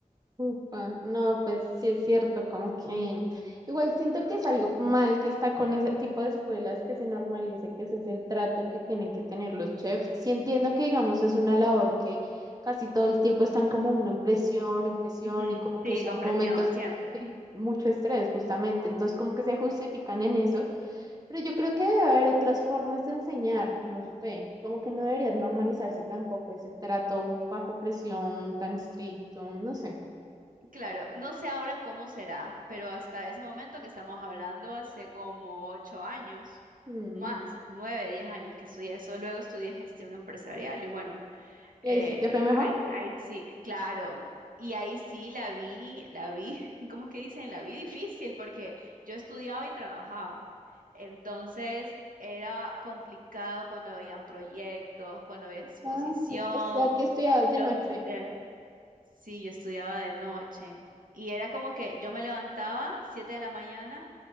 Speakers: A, on the right; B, on the right.
A: upa. No, pues sí es cierto, como que igual siento que es algo mal que está con ese tipo de escuelas que se normalice, que ese es el trato que tienen que tener los chefs. Sí entiendo que, digamos, es una labor que casi todo el tiempo están como uno en presión, en presión
B: Ujú,
A: y como que
B: Sí,
A: son
B: con presión,
A: momentos
B: siempre.
A: de mucho estrés, justamente. Entonces, como que se justifican en eso Pero yo creo que debe haber otras formas de enseñar, no sé, como que no debería normalizarse tampoco ese trato bajo presión tan estricto, no sé.
B: Claro, no sé ahora cómo será, pero hasta ese momento que estamos hablando, hace como ocho años,
A: Mm.
B: más nueve, diez años que estudié eso, luego estudié gestión empresarial y bueno. Eh,
A: ¿Y ahí sí te fue mejor?
B: ahí, ahí sí, claro. Y ahí sí la vi, la vi, <laughs> ¿cómo es que dicen? La vi difícil porque yo estudiaba y trabajaba. Entonces era complicado cuando habían proyectos, cuando había exposición.
A: Ah, o sea, que estudiabas
B: Los
A: de noche.
B: de... Sí, yo estudiaba de noche. Y era como que yo me levantaba 7 de la mañana